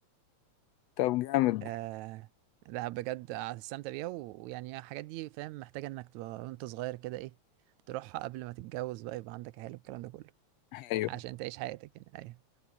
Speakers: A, on the left (about 75°); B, on the right (about 80°).
A: طب جامد
B: آه لا بجد هتستمتع بيها و- ويعني الحاجات دي فاهم محتاجة انك تبقى وانت صغير كده ايه تروحها قبل ما تتجوز بقى يبقى عندك عيال والكلام ده كله
A: أيوه
B: عشان تعيش حياتك يعني أيوه.